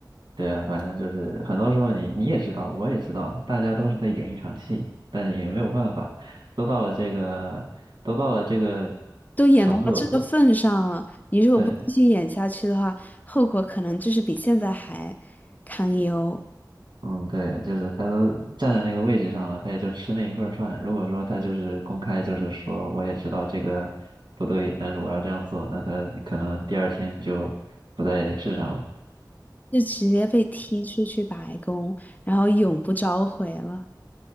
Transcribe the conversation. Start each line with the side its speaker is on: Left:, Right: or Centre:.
Right: 对啊，反正就是很多时候你你也知道，我也知道，大家都是在演一场戏，但是也没有办法，都到了这个都到了这个
Left: 都演到这个份上了，
Right: 程度了，
Left: 你如果不继续演下去的话，
Right: 对。
Left: 后果可能就是比现在还堪忧，
Right: 嗯，对，就是他都站在那个位置上了，他也就吃那一份儿饭。如果说他就是公开，就是说我也知道这个不对，但是我要这样做，那他可能第二天就不在世上了。
Left: 就直接被踢出去白宫，然后永不召回了。